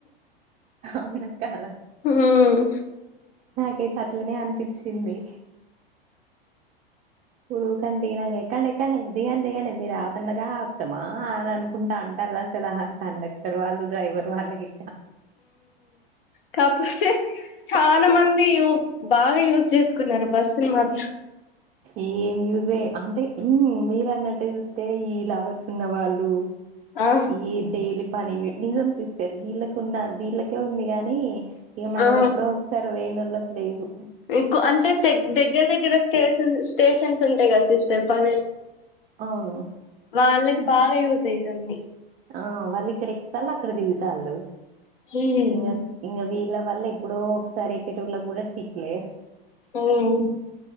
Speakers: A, on the right; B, on the left.
A: అవునా కాద
B: ఉమ్
A: నాకైతే అట్లనే అనిపిచింది పురుగు కంటే హీణంగా ఎక్కండి ఎక్కండి దిగండి దిగండి మీరు ఆపందగా ఆప్తామా అని అనుకుంటా అంటారు కండక్టర్ వాళ్లు డ్రైవర్ వాళ్లు గిట్
B: కాపోతే చాలా మంది యు బాగా యూస్ చేసుకున్నారు బస్సులు మాత్రం
A: ఏం యూజే అంటే మీర అన్నట్టు చూస్తే ఈ లవర్స్ ఉన్నవాళ్ళు
B: ఆ
A: ఈ డైలీ పని నిజంస్ సిస్టర్ వీళ్ళకి ఉన్న వీళ్ళకే ఉంది ఇగ అది మనం
B: ఆ
A: ఎప్పుడో ఒకసారు బోయినోళ్ళకి లేదు
B: ఎక్కు అంటే దగ్గర దగ్గర స్టేషన్ స్టేషన్స్ ఉంటాయి కదా సిస్టర్ పని
A: అవును
B: వాళ్ళకి బాగా యూజ్ అయితాంది
A: ఆ వాళ్ళు ఇక్కడ ఎక్కుతాళ్ళు అక్కడ దిగుతాళ్ళు
B: ఉమ్
A: ఇంక ఇంక వీళ్ళ వల్ల ఎప్పుడో ఒకసారి ఎక్కేటోళ్ల కూడా తిట్లే
B: ఉమ్